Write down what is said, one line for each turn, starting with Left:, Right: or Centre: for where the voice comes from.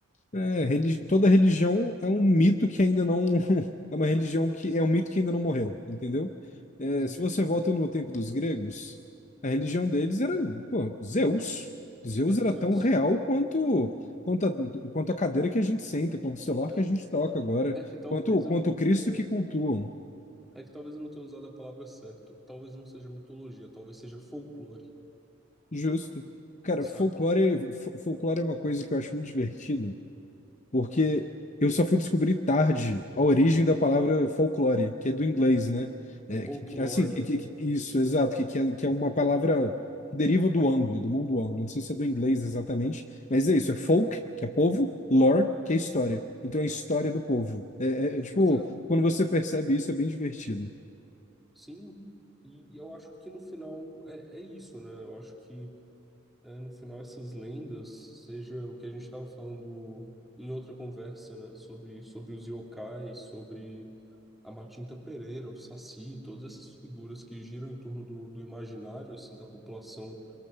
Left: É, religi- toda religião é um mito que ainda não. <laughs> É uma religião que é um mito que ainda não morreu, entendeu? É,
Centre: justo.
Left: se você volta no tempo dos gregos, a religião deles era, pô, Zeus. Zeus
Centre: Era
Left: era
Centre: Zeus.
Left: tão real quanto, quanto, a, quanto a cadeira que a gente senta, quanto o celular
Centre: É,
Left: que a gente toca agora,
Centre: é que talvez
Left: quanto, quanto
Centre: eu não
Left: o Cristo
Centre: tenha.
Left: que cultuam.
Centre: É que talvez eu não tenha usado a palavra certa. Talvez não seja mitologia, talvez seja folclore,
Left: Justo. Cara,
Centre: sabe?
Left: folclore, fo- folclore é uma coisa que eu acho muito divertida porque eu só fui descobrir tarde a origem da palavra folclore, que é do inglês, né? É,
Centre: Folklore,
Left: que- que- assim,
Centre: né?
Left: que- que- que- isso, exato, que, que, é, que é uma palavra que deriva do anglo, do mundo anglo. Não sei se é do inglês exatamente, mas é isso, é folk, que é povo, lore, que é história. Então é a história do povo. É, é, é, tipo,
Centre: Pois é,
Left: quando você percebe isso, é bem divertido.
Centre: sim. E eu acho que no final é, é isso, né? Eu acho que é, no final essas lendas, seja o que a gente estava falando em outra conversa, né? Sobre, sobre os yokais, sobre a Matinta Pereira, o Saci, todas essas figuras que giram em torno do, do imaginário assim da população,